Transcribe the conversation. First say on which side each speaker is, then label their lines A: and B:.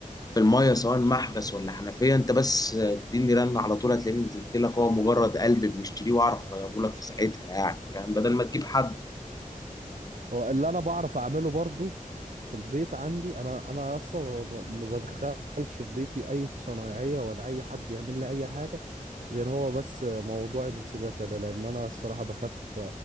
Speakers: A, on the left; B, on the right.
A: في الميه سواء محبس ولا حنفيه انت بس اديني رن على طول هتلاقيني نزلت لك هو مجرد قلب بنشتريه واعرف اغيره لك في ساعتها يعني فاهم بدل ما تجيب حد
B: هو اللي انا بعرف اعمله برضه في البيت عندي انا انا اصلا ما ما بدخلش في بيتي اي صنايعيه ولا اي حد يعمل لي اي حاجه غير هو بس موضوع السباكه ده لان انا الصراحه بخاف